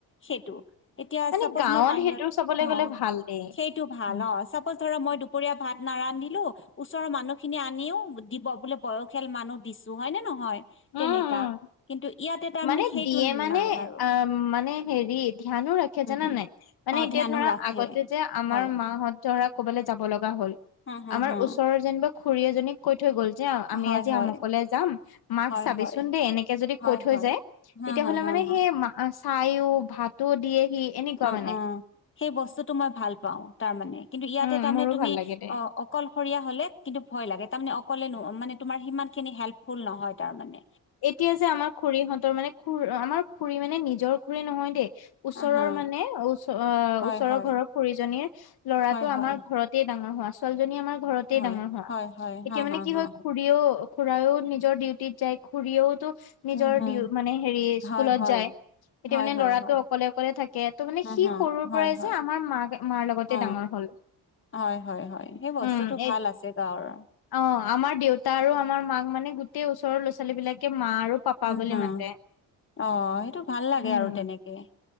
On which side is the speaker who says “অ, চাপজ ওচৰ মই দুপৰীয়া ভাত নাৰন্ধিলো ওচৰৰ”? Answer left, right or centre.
Left